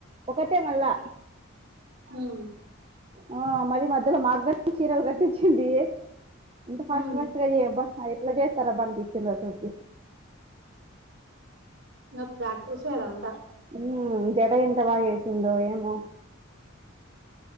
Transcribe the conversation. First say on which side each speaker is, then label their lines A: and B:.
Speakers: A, on the right (about 30°); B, on the right (about 60°).
A: ఒకతే మళ్ళా
B: ఉమ్
A: ఆ మరి మధ్యలో మాగ్గ చీరలు కట్టించిది ఎంత ఫాస్ట్
B: ఇంగ
A: అయ్యోయబ్బా ఎట్లా చేస్తారబ్బా అనిపించింద అసలికి
B: నువ్ ప్రాక్టీస్ చేయ్యరంతా
A: హ జడ ఎంత బా ఏసిందొ ఏమో